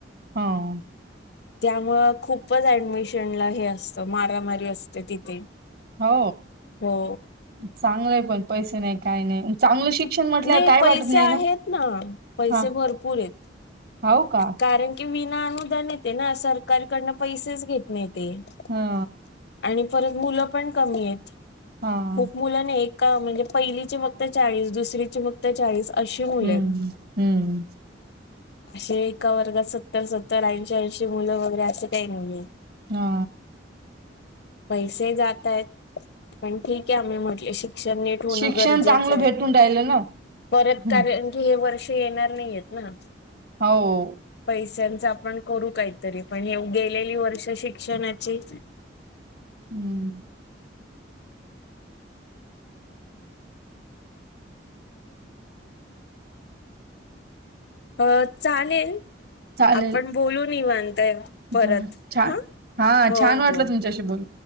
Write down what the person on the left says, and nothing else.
त्यामुं खूपच ऍडमिशनला हे असतं मारामारी असते तिथे.
हो
नाही
पैसे
आहेत
पैसे
भरपूर आहेत
कारण की, विना अनुदान येते ना सरकारकडन पैसेच घेत नाहीेत.
आणि परत मुलं पण कमी आहेत.
खूप मुलं नाही ए म्हणजे पहिलीचे. फक्त चाळीस दुसरीची फक्त चाळीस अशी मुलं
आहे.
असे एका वर्गात सत्तर सत्तर ऐंशी ऐंशी मुलं वगैरे असं काही नाहीये.
पैसे जात आहेत पण ठीक आहे आम्ही म्हटले शिक''--'' अक्षरं नीट होणे
गरजेचं
आहे
परत
कारन. की हे वर्ष येणार नाहीयेत ना.
पैशांच आपण करू काहीतरी पण हे ए गेलेली वर्ष शिक्षणाची.
अ चालेल
आपण बोलू निवांत परत
ह,
हो
हो,